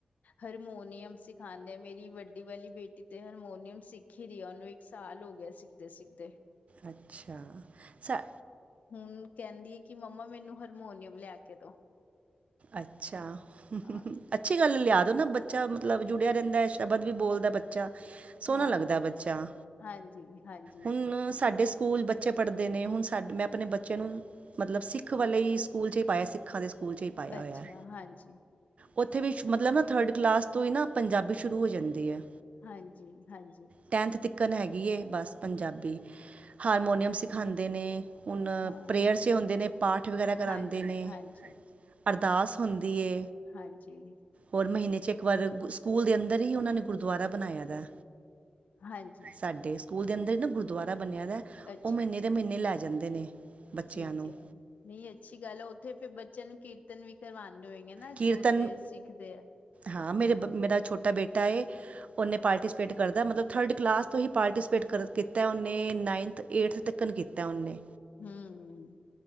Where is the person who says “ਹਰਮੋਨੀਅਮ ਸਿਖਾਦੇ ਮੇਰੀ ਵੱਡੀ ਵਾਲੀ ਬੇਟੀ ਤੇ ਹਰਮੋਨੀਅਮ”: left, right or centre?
Left